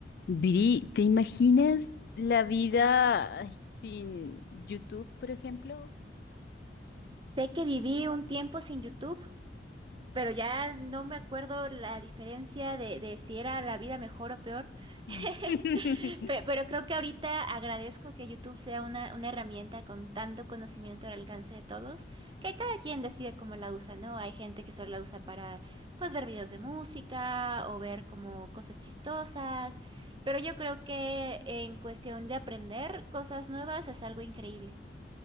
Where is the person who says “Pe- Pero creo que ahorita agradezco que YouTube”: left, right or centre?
Right